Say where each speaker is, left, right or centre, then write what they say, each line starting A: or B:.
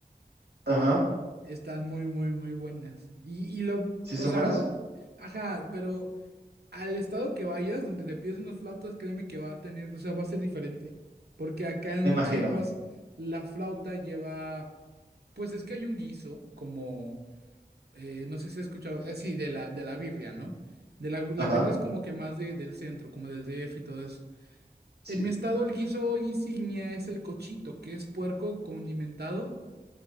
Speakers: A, on the right; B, on the right.
A: Ajá.
B: Están muy, muy, muy buenas. Y, y lo,
A: ¿Sí
B: o
A: son
B: sea,
A: buenas?
B: ajá, pero al estado que vayas, donde te pides unas flautas, créeme que va a tener, o sea, va a ser diferente. Porque acá en
A: Me imagino.
B: Chiapas la flauta lleva, pues es que hay un guiso, como, eh, no sé si has escuchado, así, de la, de la birria, ¿no? De la, la
A: Ajá.
B: birria es como que más de, del centro, como del D F y todo eso.
A: Sí.
B: En mi estado el guiso insignia es el cochito, que es puerco condimentado